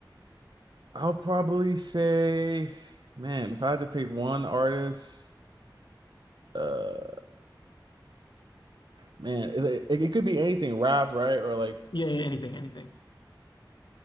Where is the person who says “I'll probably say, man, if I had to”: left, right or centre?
Right